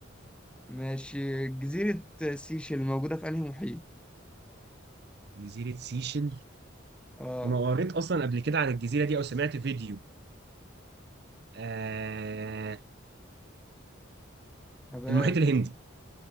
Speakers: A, in the centre; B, on the right (about 55°).
A: ماشي جزيره سيشل موجوده في انهي محيط
B: جزيره سيشل
A: اه
B: انا قريت اصلا قبل كده عن الجزيره دي او سمعت فيديو آه
A: ابات
B: المحيط الهندي